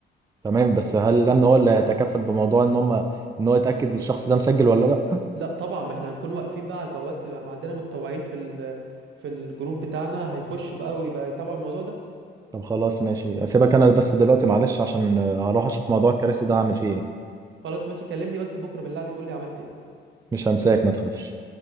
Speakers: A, on the right; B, on the right.
A: تمام بس هل الامن هو اللي يتكفل بموضوع ان هم ان هو يتاكد الشخص ده مسجل ولا لا
B: لا طبعا ما احنا هنكون واقفين بقى على البوابات ما عندنا متطوعين في ال في الجروب بتاعنا هيخش بقى ويبقى يتابعوا الموضوع ده
A: طب خلاص ماشي اسيبك انا بس دلوقتي معلش عشان آه، هروح اشوف موضوع الكراسي ده هعمل فيه ايه
B: خلاص ماشي كلمني بس بكره بالله عليك قول لي عملت ايه
A: مش هنساك ما تخافش